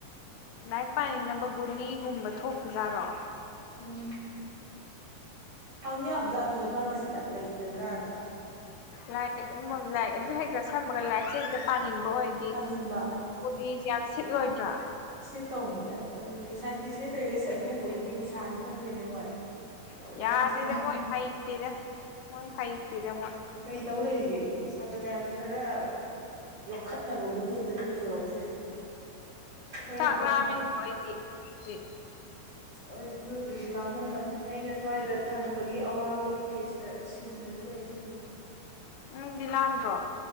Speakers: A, on the left (about 85°); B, on the right (about 35°).
A: ꯂꯥꯏꯔꯤꯛ ꯄꯥꯅꯤꯡꯅꯕ ꯒꯨꯂꯤꯒꯨꯝꯕ ꯊꯣꯛꯇꯖꯥꯠꯔꯣ
B: ꯎꯝ ꯍꯪ ꯌꯥꯕꯖꯥꯠꯅꯤꯅꯦ ꯐꯥꯔꯃꯥꯁꯤꯗ ꯂꯩꯒꯗꯔꯅ
A: ꯂꯥꯏꯔꯤꯛꯒꯨꯝꯕ ꯂꯥꯏꯔꯤꯛ ꯑꯗꯨ ꯍꯦꯛ ꯆꯥꯁꯟꯕꯒ ꯂꯥꯏꯔꯤꯛꯁꯦ ꯍꯦꯛꯇ ꯄꯥꯅꯤꯡꯕ ꯑꯣꯏ ꯗꯤ
B: ꯊꯥꯅꯤꯡꯕ
A: ꯑꯗꯨ ꯒꯨꯂꯤꯖꯦ ꯌꯥꯝ ꯁꯤꯠꯂꯣꯏꯗ꯭ꯔꯥ
B: ꯁꯤꯇꯧꯅꯦ ꯑꯗꯨꯗꯤ ꯁꯥꯏꯟꯇꯤꯁꯅꯦ ꯇꯧꯔꯤꯈꯩꯖꯦ ꯑꯗꯨꯒꯨꯝꯕ ꯒꯨꯂꯤꯗꯤ ꯁꯥꯅꯤ ꯈꯪꯗꯦꯅꯦ ꯃꯣꯏ ꯂꯋꯥꯏ
A: ꯌꯥꯗꯦꯗ
B: ꯃꯆꯥ ꯃꯌꯥꯝ
A: ꯃꯣꯏ ꯍꯩꯇꯦꯗ ꯃꯣꯏ ꯍꯩꯇꯦꯗ ꯃꯣꯏ
B: ꯀꯩ ꯇꯧ ꯂꯩꯔꯤꯒꯦ ꯁꯥꯇ꯭ꯔ ꯃꯌꯥꯝꯖꯦ ꯈꯔ ꯌꯣꯛꯈꯠꯅꯕ ꯒꯨꯂꯤ ꯑꯃꯝꯇꯗꯤ ꯄꯨꯊꯣꯔꯛꯇꯦ ꯍꯣꯔꯦꯟ
A: ꯆꯥꯛ
B: ꯑꯝꯇ
A: ꯂꯥꯝꯃꯦꯕꯦ ꯑꯩꯗꯤ ꯍꯨꯖꯤꯛ
B: ꯑꯩ ꯅꯣꯏꯕꯨꯗꯤ ꯂꯥꯝꯃꯝꯃꯅꯤ ꯑꯩꯅ ꯁ꯭ꯋꯥꯏꯗ ꯊꯟꯕꯒꯤ ꯑꯋꯥꯕꯒꯤ ꯐꯦꯁꯇ ꯁꯤꯟꯗꯅꯤ ꯂꯩꯁꯤꯅ
A: ꯅꯪꯗꯤ ꯂꯥꯝꯗ꯭ꯔꯣ